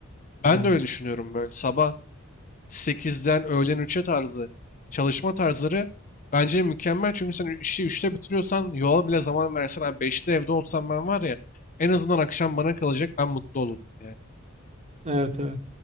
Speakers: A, on the left; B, on the right.
A: Ben
B: Yani
A: de öyle düşünüyorum böyle sabah 8'den öğlen 3'e tarzı çalışma tarzları bence mükemmel. Çünkü sen işi üçte bitiriyorsan yola bile zaman versen abi 5'te evde olsam ben var ya en azından akşam bana kalacak ben mutlu olurdum yani.
B: evet evet.